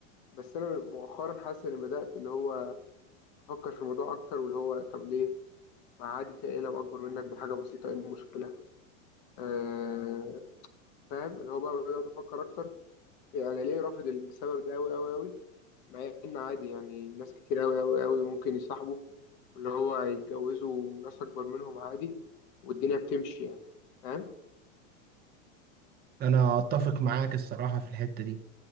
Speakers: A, on the left; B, on the right.
A: بس انا مؤخرا حاسس اني بدات اللي هو افكر في الموضوع اكتر واللي هو طب ليه ما عادي في ايه لو اكبر منك بحاجه بسيطه ايه المشكله أه فاهم اللي هو بقى بدات افكر اكتر يعني انا ليه رافض السبب ده قوي قوي قوي مع ان عادي يعني ناس كتير قوي قوي قوي ممكن يصاحبوا واللي هو يتجوزوا ناس اكبر منهم عادي والدنيا بتمشي يعني فاهم
B: انا اتفق معاك الصراحه في الحته دي